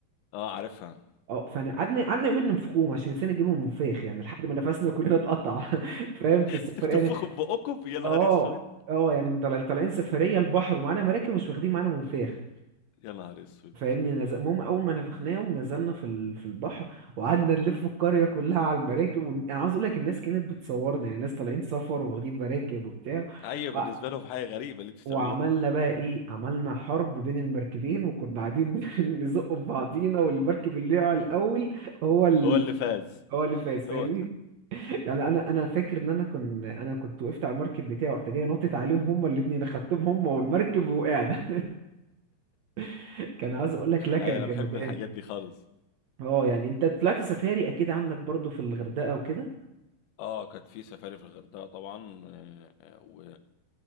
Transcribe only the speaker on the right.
اه فانا قعدنا قعدنا يومين ننفخوهم عشان نسينا نجيبهم مفاخ يعني لحد ما نفسنا كلنا اتقطع <laughs> فاهم في
السفر
يعني
اه
اه يعني من طالع- طالعين سفريه البحر ومعانا مراكب مش واخدين معانا منفاخ
فاهمني نز... المهم اول ما نفخناه ونزلنا في ال... في البحر وقعدنا نلف القريه كلها على المراكب ون... انا عاوز اقول لك الناس كانت بتصورنا يعني ناس طالعين سفر واخدين مراكب وبتاع
و...
وعملنا
بقى ايه عملنا حرب بين المركبين وكنا قاعدين <laughs> نزق في بعضينا والمركب اللي على الاول هو ال...
هو اللي فاز فاهمني
<laughs> يعني انا انا فاكر ان انا كنت انا كنت وقفت على المركب بتاعي ورحت جاي نطت عليهم هما الاثنين اخدتهم هما والمركب وقعنا <laughs> كان عايز اقول لك لا كان
جمدان
اه يعني انت طلعت سفاري اكيد عندك برضو في الغردقة وكده